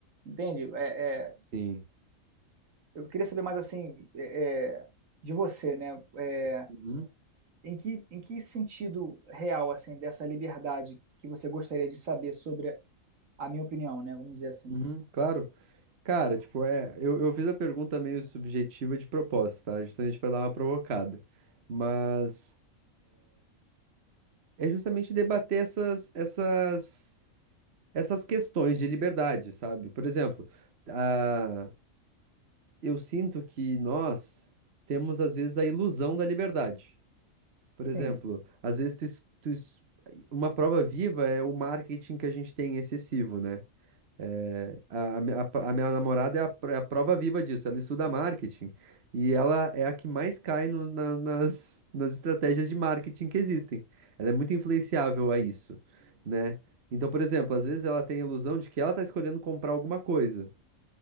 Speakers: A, on the right; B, on the right.
A: Entende? É, é,
B: Sim.
A: eu queria saber mais assim é, é, de você, né? É,
B: Uhum.
A: em que, em que sentido real assim dessa liberdade que você gostaria de saber sobre A minha opinião, né? Vamos dizer assim.
B: Uhum. Claro. Cara, tipo, é, eu, eu fiz a pergunta meio subjetiva de propósito, tá? Justamente pra dar uma provocada. Mas é justamente debater essas, essas, essas questões de liberdade, sabe? Por exemplo, a, eu sinto que nós temos, às vezes, a ilusão da liberdade. Por
A: Sim.
B: exemplo, às vezes tu, es- tu es- uma prova viva é o marketing que a gente tem excessivo, né? É, a, a mi- a- a minha namorada é a, pr- é a prova viva disso. Ela estuda marketing e ela é a que mais cai no- na- nas, nas estratégias de marketing que existem. Ela é muito influenciável a isso, né? Então, por exemplo, às vezes ela tem a ilusão de que ela está escolhendo comprar alguma coisa,